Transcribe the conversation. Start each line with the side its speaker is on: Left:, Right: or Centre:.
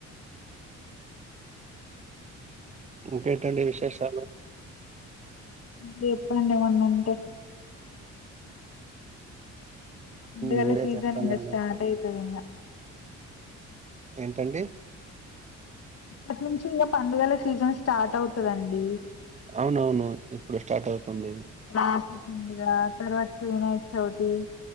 Right: ఇంకేటండి విశేషాలు
Left: ఇంకా చెప్పండి ఏమన్న ఉంటే పండుగల
Right: హ్మ్. మీరే
Left: సీజన్
Right: చెప్పాలండి
Left: ఇంకా స్టార్ట్ అవుతుది ఇంకా
Right: ఏంటండి
Left: అట్నుంచి ఇంకా పండుగల సీజన్ స్టార్ట్ అవుతుదండి
Right: అవునవును ఇప్పుడు స్టార్ట్ అవుతుంది
Left: రాఖి పండుగ తర్వాతికి వినాయక చవితి